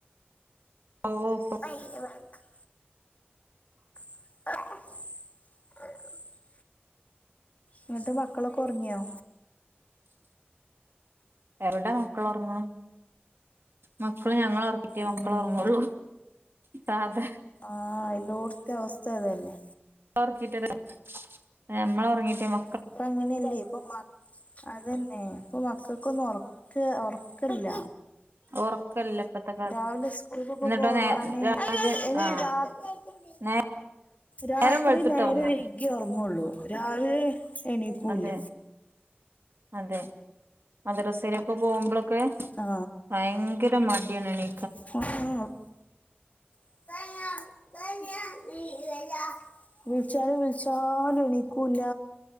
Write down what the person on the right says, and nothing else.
ഓ <unintelligible>
എവിട മക്കൾ ഉറങ്ങ മക്കള് ഞങ്ങള് റ്റേ
മക്കള് ഉറങ്ങുള്ളൂ <unintelligible>
ഉറക്കീട്ടാ <unintelligible> നമ്മള് ഉറങ്ങിട്ടേ <unintelligible>
ഉറക്കല്ല ഇപ്പത്തെ കാലത്ത്
എന്നിട്ടോ
നേ രാവിലെ
ആ നേ
നേരം വെളുത്തിട്ടിറങ്ങും
അതെ അതെ മദ്രസെലും ഒക്കെ പോകുമ്പോളൊക്കെ
ഭയങ്കര മടിയാണെനി